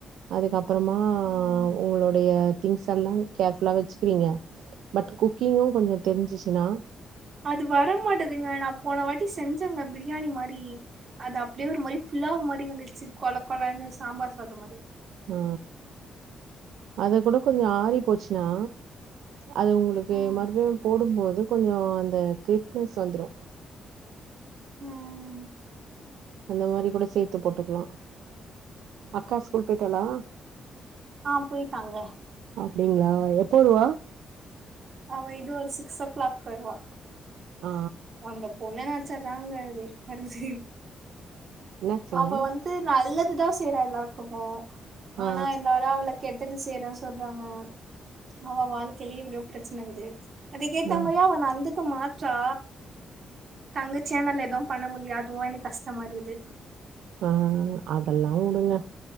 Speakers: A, on the right; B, on the right.
A: அதுக்கப்பறமா
B: ம்
A: உங்களுடைய திங்ஸ் எல்லா கேர்ஃபுல்லா வச்சுக்றீங்க பட் குக்கிங்கு கொஞ்ச தெரிஞ்சுச்சுனா
B: அது வரமாட்டதுங்க நா போன வாட்டி செஞ்சேங்க பிரியாணி மாரி அது அப்டியே ஒரு மாரி புலாவ் மாரி வந்துருச்சு கொழக் கொழன்னு சாம்பார் சாதோ மாரி
A: ஆ அதுக் கூட கொஞ்சோ ஆறி போச்ன்னா அது உங்களுக்கு
B: ம்
A: மறுபடியு போடும்போது கொஞ்சோ அந்த கிரிப்னஸ் வந்துரு
B: ம்
A: அந்த மாரிக் கூட சேத்து போட்டுக்லா அக்கா ஸ்கூல் போயிட்டாளா
B: ஆ போயிட்டாங்க
A: அப்டிங்ளா எப்போ வருவா
B: அவ இன்னு ஒரு சிக்ஸோ க்ளாக் வருவா
A: ஆ
B: அந்த பொண்ண நெனச்சாதாங்க வெறுப்பாருக்குது
A: என்னாச்சுங்க
B: அவ வந் து நல்லது தா செய்ற எல்லாருக்குமே
A: ஆ
B: ஆனா எல்லாரு அவளக் கெட்டது செய்றான்னு சொல்றாங்க அவ வாழ்க்கையிலே இவ்ளோ பிரச்சனருக்குது அதக்கேத்த
A: ஆ
B: மாரியு அவ நடந்துக்க மாட்றா தங்கச்சேனல் எதும் பண்ண முல்லாயா அதுவு எனக்கு கஷ்டமா இருக்குது
A: ம் அதெல்லா வுடுங்க